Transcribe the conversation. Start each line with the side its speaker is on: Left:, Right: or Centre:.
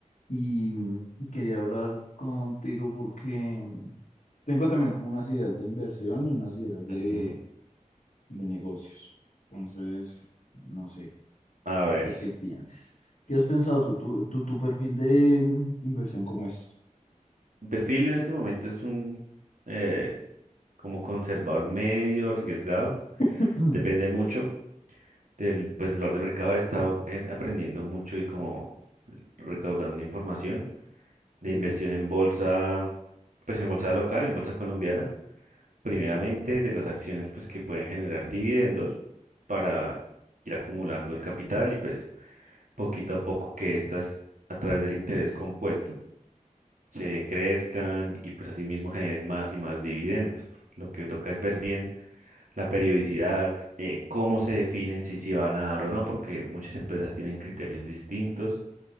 Left: y mm, quería hablar contigo porque tengo también como unas ideas de inversión y unas ideas de,
Right: Ujú.
Left: de negocios. Entonces, no sé,
Right: A ver.
Left: no sé qué pienses. ¿Qué has pensado tú? ¿Tu, tu, tu perfil de mm, inversión cómo es?
Right: Mi perfil en este momento es un eh, como conservador medio arriesgado.
Left: <clears throat>
Right: Depende mucho del pues, valor de mercado. He estado eh, aprendiendo mucho y como recaudando información de
Left: ¿De
Right: inversión
Left: qué?
Right: en bolsa, pues en bolsa local, en bolsa colombiana. Primeramente de las acciones pues que pueden generar dividendos para ir acumulando el capital y pues poquito a poco que estas a través del interés compuesto se crezcan y pues asimismo generen más y más dividendos. Lo que toca es ver bien la periodicidad, eh, cómo se definen si se van a dar o no, porque muchas empresas tienen criterios distintos